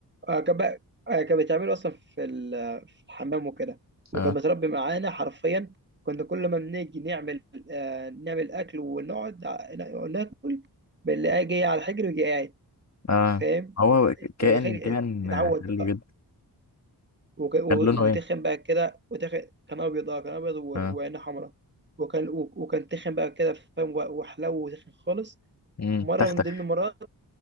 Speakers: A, on the right; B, on the left.
A: آه كان بقى آه كان بيتعمل اصلا في ال- في الحمام وكده وكان
B: اه
A: متربي معانا حرفيا كنا كل ما بنيجي نعمل آه نعمل اكل ونقعد ع- نا- ناكل بنلاقيه جاي على الحجر ويجي قاعد
B: اه
A: فاهم
B: هو
A: انت
B: كائن
A: متخيل
B: كائن
A: اتعود
B: حلو جدا
A: وك- و-
B: كان لونه
A: وتخن
B: ايه؟
A: بقى كده وتخن كان ابيض اه كان ابيض و-
B: اه
A: وعينه حمراء وكان و- وكان تخن بقى كده فاهم و- وحلو وتخن خالص
B: امم
A: مره
B: تختخ
A: من ضمن المرات